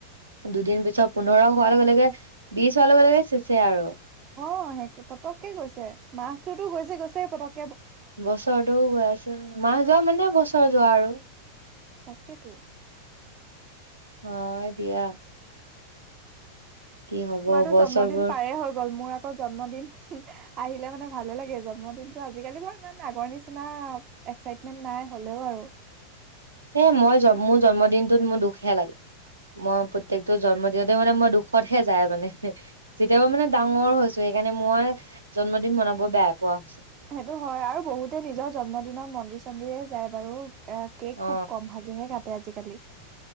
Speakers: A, on the right (about 75°); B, on the right (about 35°).
A: দুদিন পিছত পোন্ধৰ হোৱাৰ লগে লগে, বিশ হোৱাৰ লগে লগে চেচেই আৰু।
B: অ' সেই পতককে গৈছে। মাহটোতো গৈছে গৈছে পতক
A: বছৰটোও গৈ আছে মাহ যোৱা মানে বছৰ যোৱা আৰু।
B: তাকেতো।
A: অ' দিয়া। কি হব
B: তোমাৰতো
A: বছৰবোৰ
B: জন্মদিন পাৰে হৈ গ'ল। মোৰ আকৌ জন্মদিন। আহিলে মানে ভালে লাগে জন্মদিনতটো। আজিকালি মই ইমান আগৰ নিচিনা এক্সাইটমেন্ট নাই হ'লেও আৰু।
A: এ মই জন মোৰ জন্মদিনটোত মোৰ দুখহে লাগে। মই প্ৰত্যেকটো জন্মদিনতে মানে মই দুখতহে যায় মানে। যেতিয়া পআ মানে ডাঙৰ হৈছো সেইকাৰণে মই জন্মদিন মনাব বেয়া পোৱা হৈছো।
B: সেইটো হয় আৰু বহুতে নিজৰ জন্মদিনত মন্দিৰ চন্দিৰে যায় বাৰু। এ কেক
A: অ
B: খুব কম ভাগেহে কাটে আজিকালি। কালি